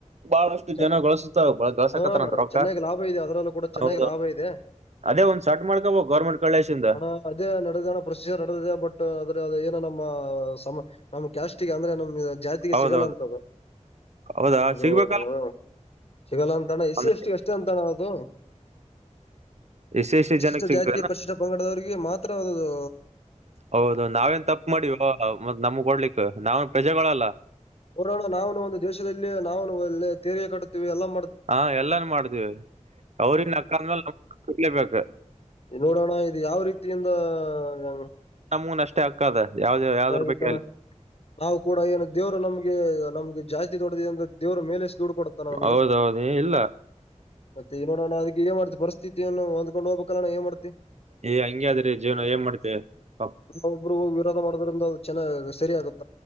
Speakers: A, on the right; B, on the left.
A: ಬಹಳಷ್ಟು
B: ಚ
A: ಜನ ಗಳಿಸುತ್ತಾವ ಗಳಿಸಕತ್ತಾರಂತ
B: ಹಾ
A: ರೊಕ್ಕ
B: ಚೆನ್ನಾಗ ಲಾಭ ಇದೆ ಅದರಲ್ಲೂ ಕೂಡ ಚೆನ್ನಾಗ
A: ಹೌದು
B: ಲಾಭ ಇದೆ.
A: ಅದೇ ಒಂದ್ ಸಟ್ ಮಾಡ್ಕೋಬೇಕು ಗೌರ್ಮೆಂಟ್ ಕಳ್ಳೇಶಿಂದ
B: ಹ ಅದೇ ನಡೆದಣ ಪ್ರೊಸೀಜರ್ ನಡೆದಿದೆ ಬಟ್ ಆದ್ರೆ ಅದ್ ಏನ್ ನಮ್ಮ ಸಮ ನಮ್ ಕ್ಯಾಸ್ಟ್ಗೆ ಅಂದ್ರೆ ನಮ್ ಜಾತಿಗೆ
A: ಹೌದೌದು
B: ಸಿಗಲ್ಲಂತ್ದು
A: ಹೌದಾ
B: ನಮ್ದು.
A: ಸಿಗ್ಬೇಕಲ್ಲ
B: ಹ್ಮ ಸಿಗಲ್ಲ ಅಂತಣ್ಣ ಎಸ್ಸಿ
A: ಒಂದ್
B: ಎಷ್ಟಿ ಅಷ್ಟೇ ಅಂತಣ್ಣ ಅದು.
A: ಎಷ್ಟ್ ಎಷ್ಟ್
B: ಪಶಿಷ್ಟ
A: ಜನಕ್ಕೆ ಸಿಗ್ತದೆ
B: ಜಾತಿ ಪಶಿಷ್ಟ ಪಂಗಡದವ್ರಿಗೆ ಮಾತ್ರ ಅದದು.
A: ಹೌದು ನಾವೇನ್ ತಪ್ಪ ಮಾಡಿವ ಮತ್ ನಮಗ್ ಕೊಡ್ಲಿಕ್ ನಾವೆನ್ ಪ್ರಜೆಗಳಲ್ಲ.
B: ನೋಡೋಣ ನಾವುನು ಒಂದು ದೇಶದಲ್ಲಿ ನಾವು ಎಲ್ಲ ತೆರಿಗೆಯ ಕಟ್ಟುತ್ತೀವಿ ಎಲ್ಲ ಮಾಡ್
A: ಹಾ ಎಲ್ಲಾನು ಮಾಡ್ತಿವಿ ಅವ್ರಿನ್ ಅಕ್ಕಂದ್ಮೇಲೆ ನಮ್ ಕಟ್ಲೆಬೇಕು.
B: ನೋಡೋಣ ಇದು ಯಾವ್ ರೀತಿಯಿಂದ ಆ.
A: ನಮುನ್ ಅಷ್ಟೇ ಅಕ್ಕದ ಯಾವ್ದ ಯಾವದ್ರ
B: ಆಗಿತ್ತಣ್ಣ
A: ಬಗ್ಗೆ ಅಲ್ಲಿ.
B: ನಾವು ಕೂಡ ಏನು ದೇವರು ನಮ್ಗೆ ನಮ್ಗೆ ಜಾಸ್ತಿ ದೊಡ್ಡದಿದೆ ಅಂದ ದೇವ್ರ್ ಮೇಲೆ ದುಡ್ಡು ಕೊಡತ್ತಾನ ನಮ್ಗೆ
A: ಹೌದೌದು ಏ ಇಲ್ಲ.
B: ಮತ್ತೆ ನೋಡಣ ಅದ್ಕೆ ಏನ್ ಮಾಡ್ತಿ ಪರಿಸ್ಥಿತಿಯನ್ನು ಹೊಂದ್ಕೊಂಡ ಹೋಗ್ಬೇಕ ಅಲ್ಲಣ ಏನ್ ಮಾಡ್ತಿ.
A: ಏ ಹಂಗೆ ಅದ್ರಿ ಜೀವನ ಏನ್ ಮಾಡ್ತೇವಿ ಪಾಪ್
B: ಒಬ್ರು ವಿರೋಧ ಮಾಡೋದ್ರಿಂದ ಚೆನ್ನಾಗಗ ಸರಿಯಗುತ್